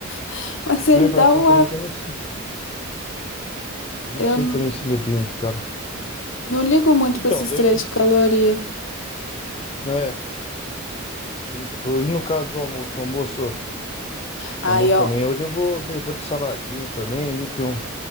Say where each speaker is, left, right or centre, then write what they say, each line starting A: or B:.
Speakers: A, on the left; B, on the left.
A: <laughs> mas ele
B: É,
A: dá
B: falar pra
A: uma.
B: você também que eu não sei. Eu não
A: Eu
B: sei
A: n-
B: também se ele é bem caro.
A: não ligo muito
B: Então,
A: para esses
B: daí,
A: três de caloria.
B: é. ent- E no caso do almoço, o almoço,
A: Aí,
B: o almoço
A: ó.
B: também, hoje eu vou, eu vou de saladinha também, ali tem um,